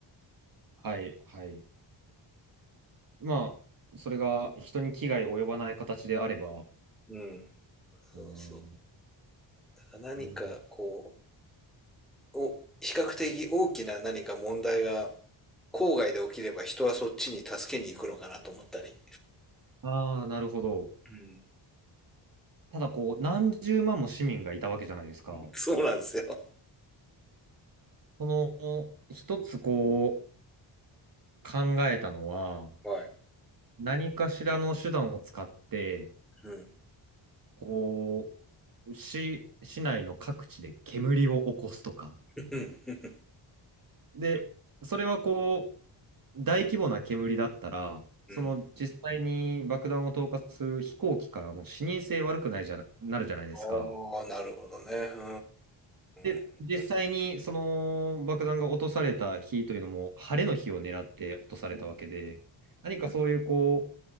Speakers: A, on the right; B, in the centre.
A: はい、はい。まあ、それが人に危害及ばない形であれば、
B: うん。
A: そうね。
B: そうそう。だから何かこ
A: うん、
B: うお比較的大きな何か問題が郊外で起きれば人はそっちに助けに行くのかなと思ったり。
A: ああ、なるほど。
B: うん。
A: ただ、こう、何十万も市民がいたわけじゃないですか。
B: そうなんですよ。
A: その、一つこう、考えたのは、
B: はい。
A: 何かしらの手段を使って、
B: うん。
A: こう、市、市内の各地で煙を起こすとか。
B: うん。
A: で、それはこう、大規模な煙だったら、
B: うん。
A: その実際に爆弾を投下する飛行機からもう視認性悪くないじゃな、なるじゃないですか。
B: ああ、なるほどね。う
A: で、
B: ん。
A: 実際にその爆弾が落とされた日というのも、晴れの日を狙って落とされたわけで、
B: うん。
A: 何かそういうこ